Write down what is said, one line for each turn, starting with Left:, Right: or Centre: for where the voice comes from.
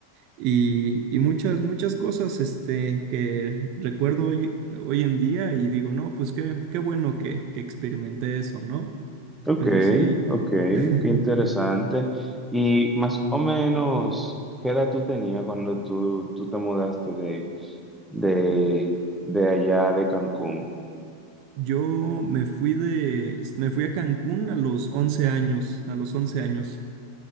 Right: y, y muchas, muchas cosas este, que recuerdo hoy, hoy en día y digo, no, pues qué, qué bueno que, que experimenté eso, ¿no?
Centre: ok,
Right: Pero sí,
Centre: ok, qué
Right: <laughs>
Centre: interesante. Y más o menos, ¿qué edad tú tenías cuando tú, tú te mudaste de, de, de allá de Cancún?
Right: yo me fui de, me fui a Cancún a los 11 años, a los 11 años.